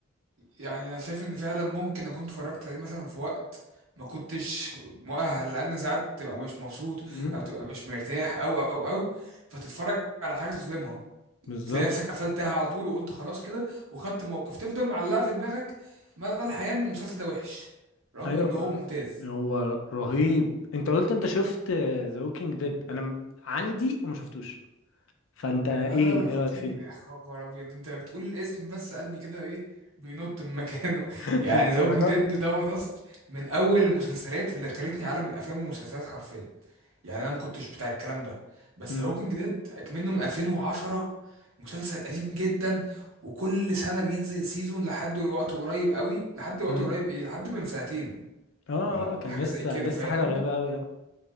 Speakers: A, on the right; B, on the left.
A: يعني انا شايف ان فعلا ممكن اكون اتفرجت عليه مثلا في وقت ما كنتش مؤهل لان ساعات تبقى مش مبسوط
B: امم
A: او تبقى مش مرتاح او او او فتتفرج على حاجه تظلمها
B: بالظبط
A: تلاقي نفسك قفلتها على طول وقلت خلاص كده وخدت موقف تفضل معلقه في دماغك مدى الحياه ان المسلسل ده وحش رغم
B: ايوه
A: ان
B: ما
A: هو ممتاز
B: هو رهيب انت قلت انت شفت ذا ووكينج ديد انا م- عندي وما شفتوش فانت ايه
A: لا لا لا خطير
B: ايه رايك فيه
A: يا خبر ابيض انت بتقول الاسم بس قلبي كده ايه بينط من مكانه
B: <laughs>
A: <laughs> يعني
B: للدرجة
A: ذا ووكينج ديد دوت اصل من اول المسلسلات اللي دخلتني عالم الافلام والمسلسلات حرفيا يعني انا ما كنتش بتاع الكلام ده بس
B: امم
A: ذا ووكينج ديد اكمنه من 2010 مسلسل قديم جدا وكل سنه بينزل سيزون لحد وقت قريب قوي لحد وقت
B: امم
A: قريب ايه لحد من سنتين
B: اه
A: ولا
B: اه كان
A: حاجه
B: لسه
A: زي كده
B: لسه
A: فاهم
B: حاجه قريبه قوي اه